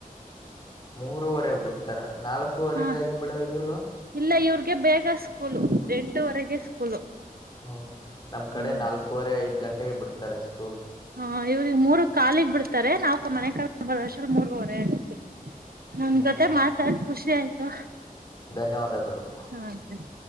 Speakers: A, on the left (about 30°); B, on the right (about 80°).
A: ಮೂರೂವರೆಗ ಬಿಡ್ತಾರ ನಾಲ್ಕೂವರೆಗಾಗಿ
B: ಹಾ
A: ಬಿಡೋಗಲ್ವ.
B: ಇಲ್ಲ ಇವ್ರಿಗೆ ಬೇಗ ಸ್ಕೂಲು ಎಂಟುವರೆಗೆ ಸ್ಕೂಲು.
A: ಹ್ಮ ನಮ್ ಕಡೆ
B: ಹ್ಮ್
A: ನಾಲ್ಕೂವರೆ ಐದ್ ಗಂಟೆಗೆ ಬಿಡ್ತಾರೆ ಸ್ಕೂಲ್.
B: ಹಾ ಇವ್ರಿಗೆ ಮೂರು ಕಾಲಿಗ್ ಬಿಡ್ತಾರೆ ನಾವ್ಕ ಮನೆ ವರ್ಷ ಮೂರ್ವರೆ ಆಗತ. ನಿಮ್
A: ಹ್ಮ್
B: ಜೊತೆ
A: ಹ್ಮ್
B: ಮಾತಾಡ್ ಖುಷಿ ಆಯ್ತು.
A: ಧನ್ಯವಾದಗಳು.
B: ಹಾ ಸರಿ.